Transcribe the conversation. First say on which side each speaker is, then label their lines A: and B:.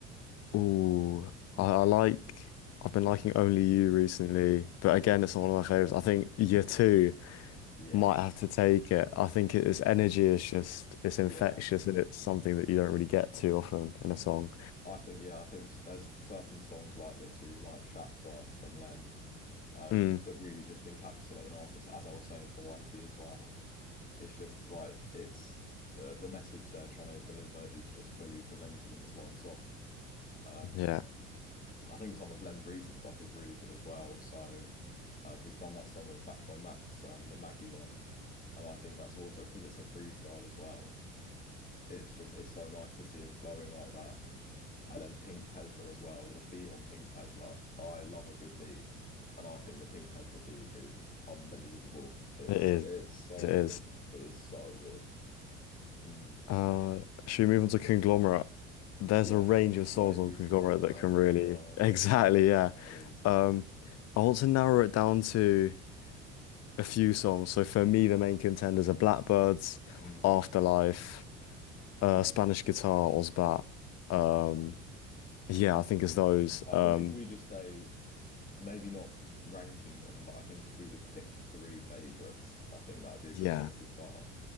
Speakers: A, on the left; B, on the left.
A: Ooh, I, I like. I've been liking Only You recently, but
B: Mm.
A: again, it's not one of my favorites. I think Year Two
B: Yes.
A: might have to take it. I think it, its energy is just it's infectious
B: Yeah.
A: and it's something that you don't really get too often in a song.
B: I think. Yeah. I think s- there's certain songs like your two, like Chakra from Len, um,
A: Mm,
B: that really just encapsulate an artist. As I was saying for YT as well, it's just like it's the the message they're trying to deliver is just fully presented in this one song. Um,
A: yeah,
B: I think some of Len's recent stuff is really good as well. So um, he's done that song with Blackboy Max, um, the Maggie one, and I think that's also because it's a freestyle as well. It's just it's so nice to see him flowing like that. And then Pink Tesla as well. The beat on Pink Tesla, I love a good beat, and I think the Pink Tesla beat is unbelievable. It's
A: it is.
B: it's so
A: It is.
B: good. It is so good. Mm.
A: Uh, should we move on to Conglomerate? There's
B: Yeah.
A: a range of songs
B: Where do
A: on
B: we
A: Conglomerate
B: start? Where
A: that can
B: do
A: really
B: we start?
A: <laughs> exactly
B: Yeah.
A: yeah.
B: Where do we start?
A: Um, I want to narrow it down to. a few songs. So for me, the main contenders are Blackbirds,
B: Mm,
A: Afterlife, uh,
B: mm,
A: Spanish Guitar, Ozbat. Um,
B: mm.
A: yeah, I think it's those.
B: I
A: Um,
B: think if we just say maybe not ranking them, but I think if we just pick three favorites, I think that would be a
A: yeah,
B: good place to start.